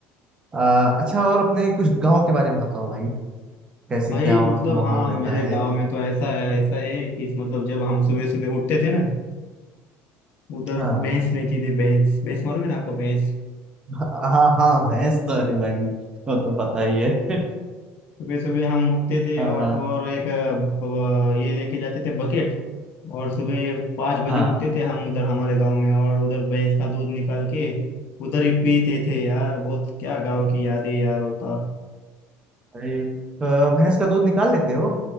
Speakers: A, on the right; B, on the left.
A: आ, अच्छा और अपने कुछ गाँव के बारे में बताओ भाई कैसे
B: भाई
A: क्या वहाँ
B: मतलब
A: पे माहौल
B: हाँ
A: रहता
B: मेरे
A: है
B: गांव में तो ऐसा है ऐसा है कि मतलब जब हम सुबह सुबह उठते थे ना उधर
A: हाँ
B: भैंस नहीं थी भैंस भैंस मालूम है ना आपको भैंस
A: हाँ हाँ भैंस तो अरे भाई वो तो पता ही है
B: सुबह सुबह हम उठते थे
A: हाँ
B: और तो और एक अ, ब- ये लेके जाते थे बकेट और सुबह पाँच बजे
A: हाँ
B: उठते थे हम उधर हमारे गांव में और उधर भैंस का दूध निकाल के उधर ही पीते थे यार बहुत क्या गांव की यादें यार होता
A: भाई अ, भैंस का दूध निकाल लेते हो